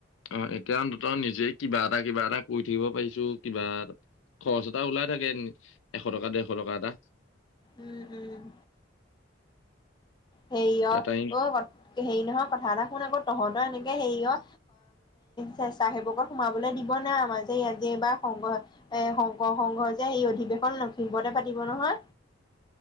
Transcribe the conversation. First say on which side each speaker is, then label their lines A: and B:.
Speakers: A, on the left; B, on the left.
A: অ' এতিয়া অন্তত নিজেই কিবা এটা কিবা এটা কৰি থাকিব পাৰিছো কিবা এ খৰচ এটা ওলাই থাকে, এশ টকা ডেৰশ টকা এটা।
B: উম উম। হেৰি
A: এতিয়া
B: অ'
A: টাইম
B: অ' হেৰি নহয় কথা এটা শুন আকৌ। তহঁতৰ এনেকে হেৰিয় অ' চ চ সেইবকত সোমাবলে দিব নে আমাৰ যে ইয় যে এইবাৰ সংঘ এ শংকৰ সংঘ যে সেই অধিৱেশন লখিমপতে পাতিব নহয়।